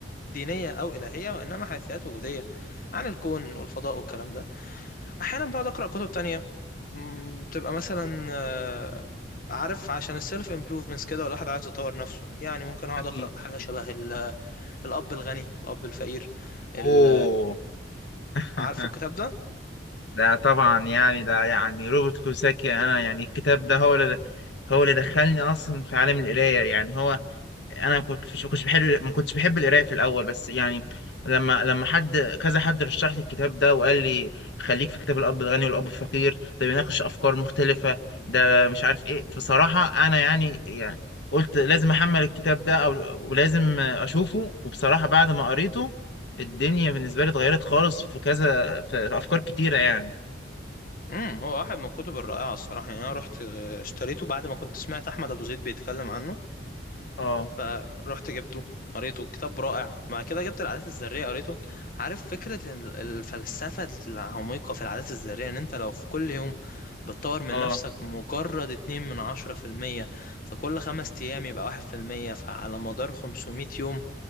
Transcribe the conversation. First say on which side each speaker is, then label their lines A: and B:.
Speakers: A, on the left; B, on the left.
A: دينية أو إلهية وإنما حيثيات وجودية عن الكون والفضاء والكلام ده احيانا بقعد اقرا كتب تانية مم، بتبقى مثلا آه، عارف عشان السيلف امبروفمنتس كده والواحد عايز يطور نفسه يعني ممكن اقعد
B: اكيد
A: اقرا حاجه
B: اكيد
A: شبه ال- الاب الغني الاب الفقير ال-
B: اوه <laughs>
A: عارفه الكتاب ده
B: ده طبعا يعني ده يعني روبرت كوساكي انا يعني الكتاب ده هو اللي هو اللي دخلني اصلا في عالم القرايه يعني هو انا كنت كنت بحب ما كنتش بحب القرايه في الاول بس يعني لما لما حد كذا حد رشح لي الكتاب ده وقال لي خليك في كتاب الاب الغني والاب الفقير ده بيناقش افكار مختلفه ده مش عارف ايه بصراحه انا يعني يعني قلت لازم احمل الكتاب ده او ولازم اشوفه وبصراحه بعد ما قريته الدنيا بالنسبه لي اتغيرت خالص في كذا في في افكار كتيره يعني
A: امم هو واحد من الكتب الرائعه الصراحه يعني انا رحت آه، اشتريته بعد ما كنت سمعت احمد ابو زيد بيتكلم عنه
B: اه
A: فروحت جبته قريته كتاب رائع بعد كده جبت العادات الذرية قريته عارف فكرة إن الفلسفة العميقة في العادات الذرية ان انت لو في كل يوم بتطور من
B: اه
A: نفسك مجرد اتنين من عشرة في المية فكل خمس أيام يبقى واحد في المية فعلى مدار خمسمية يوم